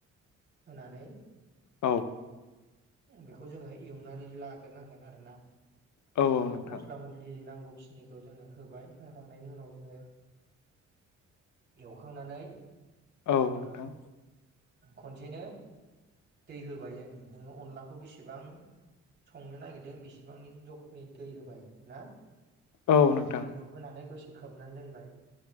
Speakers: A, on the right (about 35°); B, on the left (about 70°).
A: होनानै
B: औ
A: बेखौ जोङो एवनानै लाग्रोनांगोन आरोना
B: औ औ नोंथां
A: मस्ला मस्लि नांगौखिनिखौ जोङो होबाय होखांनायनि उनाव जोङो एवखांनानै
B: औ नोंथां
A: खनसेनो दै होबाय जों नोङो अनलाखौ बेसेबां संनो नागिरदों बेसेबांनि जख दै होबाय ना
B: औ
A: दैखौ
B: नोंथां
A: होनानै ए खोबनानै दोनबाय